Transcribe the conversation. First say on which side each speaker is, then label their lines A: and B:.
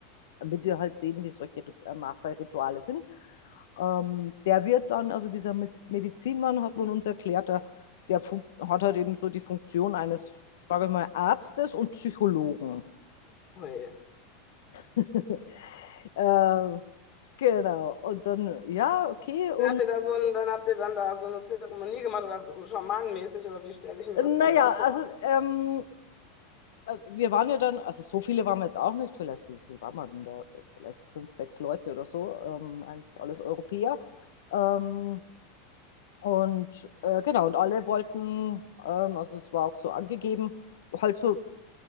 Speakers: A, on the left (about 70°); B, on the left (about 45°).
A: wird ihr halt sehen, wie solche Rit- äh, Maße-Rituale sind. Ähm, der wird dann, also dieser Medizinmann hat man uns erklärt, der, der hat halt eben so die Funktion eines, sage ich mal, Arztes und Psychologen.
B: Ui.
A: <laughs> äh, genau. Und dann, ja, okay. Und
B: Dann habt ihr da so ein, dann habt ihr dann da so eine Zeremonie gemacht oder so schamanenmäßig oder wie stelle ich mir das
A: naja,
B: dann da vor?
A: also ähm, äh, wir waren ja dann, also so viele waren wir jetzt auch nicht, vielleicht, wie viel waren wir denn da? Vielleicht fünf, sechs Leute oder so, ähm, eigentlich alles Europäer. Ähm, Und äh, genau, und alle wollten, ähm, also es war auch so angegeben, halt so